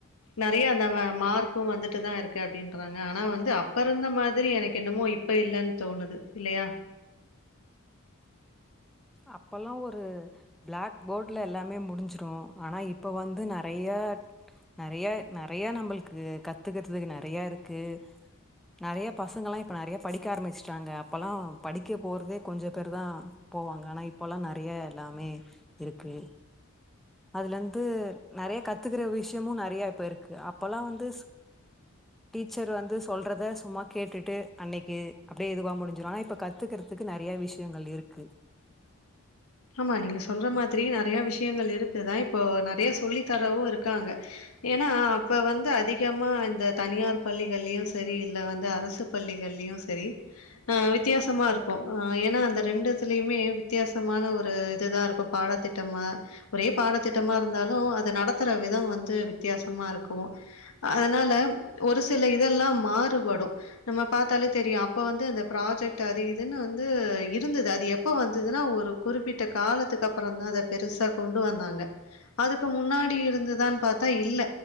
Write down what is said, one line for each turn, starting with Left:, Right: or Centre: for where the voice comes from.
Left: நிறைய அந்த மார்க்கு வந்துட்டு தா இருக்கு அப்டின்றாங்க ஆனா வந்து அப்ப இருந்த மாதிரி எனக்கு என்னமோ இப்ப இல்லன்னு தோணுது இல்லையா
Centre: அப்போல்லா ஒரு பிளாக் போர்டுல எல்லாமே முடிஞ்சிடு ஆனா இப் இப்போ வந்து நெறையா நறையா நறையா நம்மளுக்கு கத்துக்கறதுக்கு நறையா இருக்கு நறையா பசங்க எல்லா இப்ப நறையா படிக்க ஆரம்பிச்சுட்டாங்க அப்பல்லா படிக்க போறதே கொஞ்சோ பேரு தா போவாங்க ஆனா இப்பல்லா நெறைய எல்லாமே இருக்கு அதுலந்து நெறைய கத்துக்கிற விஷ் யமு நெறைய இப்ப இருக்கு அப்பல்லா வந்து டீச்சர் வந்து சொல்றத சும்மா கேட்டுட்டு அன்னைக்கு அப்டியே இதுவா முடிஞ்சிரு ஆனா இப்ப கத்துக்கிற் துக்கு நெறைய விஷ்யங்கள் இருக்கு
Left: ஆமா நீங்க சொல்ற மாதிரி நெறையா விஷயங்கள் இருக்கு தா இப்போ நெறையா சொல்லி தரவு இருக்காங்க ஏனா அப்ப வந்து அதிகமா இந்த தனியார் பள்ளிகள்லயு சரி இல்ல வந்து அர சு பள்ளிகள்லயு சரி ஆ வித்தியாசமா இருக்கு ஆ ஏனா அந்த ரெண்டுத்துலிமே வித்தியாசமான ஒ ரு இதுதா இருக்கு பாடத்திட்டமா ஒரே பாடத்திட்டமா இர்ந்தாலு அத நடத்துற விதோ வந்து வித்யாசமா இருக்கு அதுனால ஒரு சில இதெல்லா மாறுபடு நம்ம பாத்தாலே தெரியு அப்போ வந்து அந்த ப்ராஜெக்ட் அது இதுன்னு வந்து இருந்துது அது எப் ப வந்துதுன்னா ஒரு குறிப்பிட்ட காலத்துக்கப்பறந்தா அத பெருசா கொண்டு வந்தாங்க அதுக்கு முன்னாடி இருந்துதான் பாத்தா இல்ல